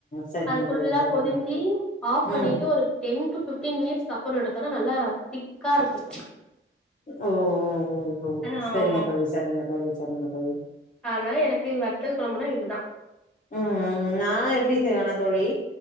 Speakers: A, on the left; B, in the centre.
A: சரிங்க
B: அது ஃபுல்லா
A: தோழி சரிங்க
B: கொதிஞ்சி
A: தோழி
B: ஆஃப் பண்ணிட்டு
A: ம்
B: ஒரு டென் டு ஃபிஃப்டீன் மினிட்ஸ்க்கு அப்புறோ எடுத்தோனா நல்லா திக்கா இருக்கு
A: ஓ ஓ ஓ ஓ
B: ஆ
A: செரிங்க
B: ஆமா
A: தோழி செரிங்க தோழி சரிங்க தோழி
B: அதனால எனக்கு வத்தல் குழம்புனா இதுதா
A: ம் ம் நா எப்டி
B: ம்
A: செய்வேனா தோழி